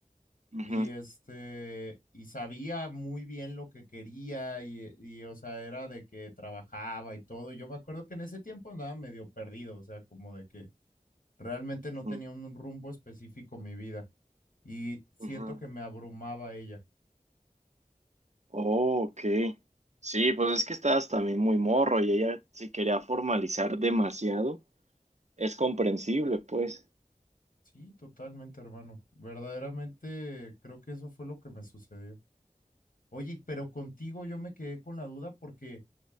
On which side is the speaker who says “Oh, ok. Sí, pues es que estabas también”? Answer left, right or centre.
Right